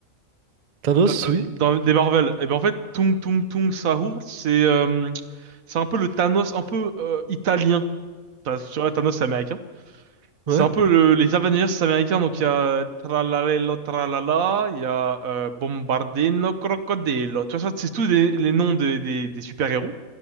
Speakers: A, on the right (about 40°); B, on the right (about 75°).
A: Thanos,
B: euh,
A: oui?
B: dans des Marvel, et ben en fait, Tung Tung Tung Sahur, c'est euh, c'est un peu le Thanos un peu euh, italien. Enfin, tu vois, Thanos, c'est américain. C'est
A: Ouais?
B: un peu le- les Avengers américains, donc il y a Tralalelo Tralala, il y a euh, Bombardino Crocodilo. Tu vois, ça, c'est tous les, les noms des, des, des super-héros.